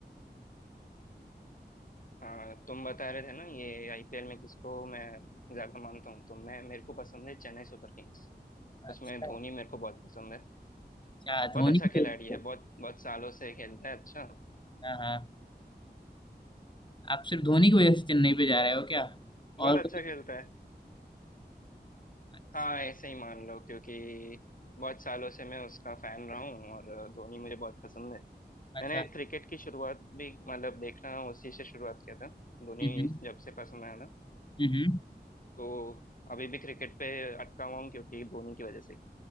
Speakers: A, on the left (about 50°); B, on the left (about 25°).
A: अ, तुम बता रहे थे ना ये आईपीएल में किसको मैं ज्यादा मानता हूँ तो मैं मेरे को पसंद है चेन्नई सुपर किंग्स उसमें
B: अच्छा
A: धोनी मेरे को बहुत पसंद है
B: अच्छा
A: बहुत
B: धोनी
A: अच्छा
B: की
A: खिलाड़ी
B: वजह
A: है
B: से
A: बहुत बहुत सालों से खेलता है अच्छा
B: हाँ हाँ आप सिर्फ धोनी की वजह से चेन्नई पे जा रहे हो क्या
A: बहुत
B: और
A: अच्छा
B: कुछ
A: खेलता है
B: अच्छा
A: हाँ ऐसे ही मान लो क्योंकि बहुत सालों से मैं उसका फैन रहा हूँ और धोनी मुझे बहुत पसंद है
B: अच्छा
A: मैंने क्रिकेट की शुरुआत भी मतलब देखना उसी से शुरुआत किया था धोनी
B: हम्म हम्म
A: जब से पसंद आया था
B: हम्म, हम्म।
A: तो अभी भी क्रिकेट पे अटका हुआ हूँ क्योंकि धोनी की वजह से